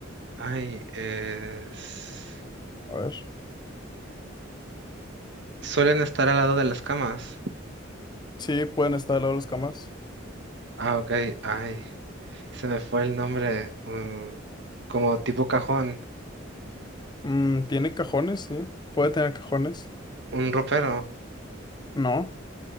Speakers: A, on the right; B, on the left.
A: Ay, es-
B: A ver.
A: suelen estar al lado de las camas.
B: Sí, pueden estar al lado de las camas.
A: Ah, ok, ay, se me fue el nombre. mm, como tipo cajón,
B: Mm, tiene cajones, sí. Puede tener cajones.
A: un ropero.
B: No,